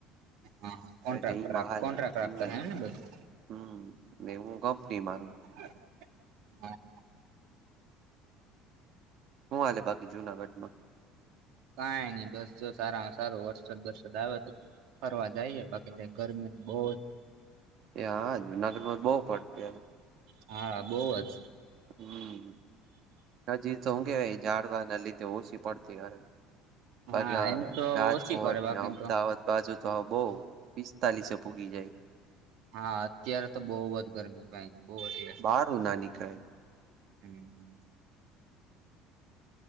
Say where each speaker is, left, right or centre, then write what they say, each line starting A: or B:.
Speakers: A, on the right; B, on the right.
A: હા
B: એટલે
A: કોન્ટ્રાક્ટર
B: એમાં હાલે
A: કોન્ટ્રાક્ટર
B: હમ
A: રાખતા હે ને બધ.
B: હમ ને હું કંપની મા
A: <inaudible>
B: હું હાલે બાકી જુનાગઢમાં?
A: કઈ નઈ બસ જો સારામાં સારો વરસાદ બરસદ આવ્યો તો ફરવા જાઈએ બાકી ત્યાં ગરમી બઉ જ
B: એ હા જુનાગઢમાં તો બઉ પડતી હવે.
A: હા, બોઉ જ.
B: હમ્મ હજી તો શું કેવાય ઝડવા ના લીધે ઓછી પડતી હ બાકી
A: હા એમ તો
B: રાજકોટ
A: ઓછી પડે બાકી
B: ને અમદાવાદ.
A: એમ તો
B: તાજુ તો હવ બઉ પિસ્તાલીસે પોગી જાય.
A: હા, અત્યારે તો બઉ જ ગરમી ભાઈ બઉ એટલે.
B: હારું ના નીકળાય
A: હમ્મ હમ્મ